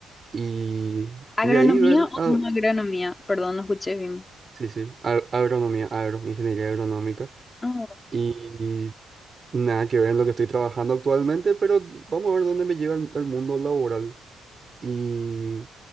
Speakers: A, on the right; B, on the left.
A: y
B: ¿Agronomía
A: de ahí ver,
B: o
A: a-
B: una agronomía? Perdón, no escuché bien.
A: sí, sí, a- agronomía, agro, ingeniería agronómica. Mm.
B: Ah,
A: Y Nada que ver en lo que estoy trabajando actualmente, pero vamos a ver dónde me lleva el, el mundo laboral. Y